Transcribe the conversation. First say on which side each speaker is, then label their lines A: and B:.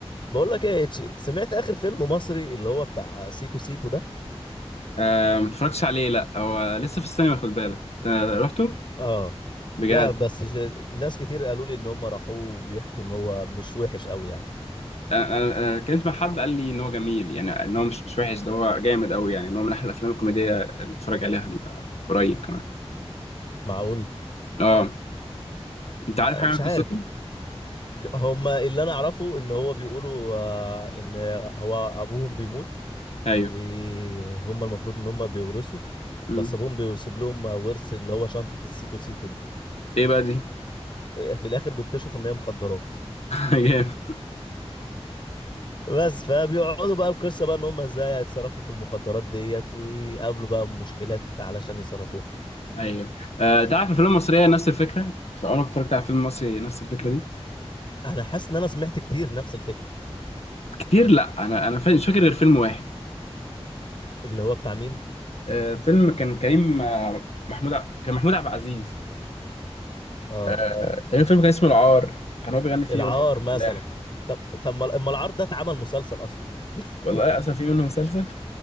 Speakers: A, on the left (about 50°); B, on the left (about 75°).
A: بقول لك ايه يا إتشي، سمعت اخر فيلم مصري اللي هو بتاع سيكو سيكو ده
B: آه ما اتفرجتش عليه لا هو لسه في السينما خد بالك انت رحته
A: اه
B: بجد
A: لا بس ش- ناس كتير قالوا لي ان هم راحوه وبيحكوا ان هو مش وحش قوي يعني
B: انا انا أنا اتكلمت مع حد قال لي ان هو جميل يعني ان هو مش مش وحش ده هو جامد قوي يعني ان هو من احلى الافلام الكوميديه اللي اتفرج عليها آه، قريب كمان
A: معقول
B: اه انت عارف
A: آه،
B: حاجه
A: مش
B: عن قصته
A: عارف هم اللي انا اعرفه ان هو بيقولوا آه، ان هو ابوهم بيموت
B: ايوه
A: وهم المفروض ان هم بيورثوا
B: مم.
A: بس ابوهم بيسيب لهم ورث اللي هو شنطة السيكو سيكو دي
B: ايه بقى دي <laughs>
A: في الاخر بيكتشفوا ان هي مخدرات
B: جامد
A: بس فبيقعدوا بقى القصه بقى ان هم ازاي هيتصرفوا في المخدرات ديت ويقابلوا بقى مشكلات علشان يصرفوها
B: ايوه آه، انت عارف الافلام المصريه نفس الفكره فعمرك اتفرجت على فيلم مصري نفس الفكره دي
A: انا حاسس ان انا سمعت كتير نفس الفكره
B: كتير لا انا انا فا- مش فاكر غير فيلم واحد
A: اللي هو بتاع مين
B: آه، فيلم كان كريم آه، محمود ع... كان محمود عبد العزيز
A: اه
B: آه، تقريبا فيلم كان اسمه العار كان هو بيغني فيه
A: العار
B: اغنيه
A: مثلا
B: الفلاح
A: طب طب ما أما العار ده اتعمل مسلسل اصلا <laughs>
B: والله اسف في منه مسلسل